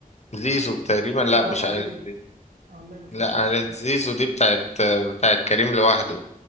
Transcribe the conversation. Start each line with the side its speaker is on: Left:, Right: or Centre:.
Left: زيزو تقريبا لا
Right: اه
Left: مش عارف
Right: عائله
Left: دي
Right: والله ما فاكر
Left: لا عائلة زيزو دي بتاعت بتاعت كريم لوحده